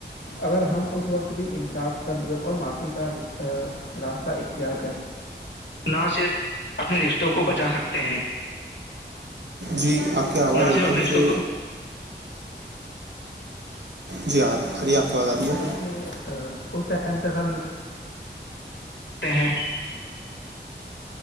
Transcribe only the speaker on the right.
جی آپ کی آواز
ایک
دم
سے
جی ہ ار آپ کی آواز آ رہی
ہے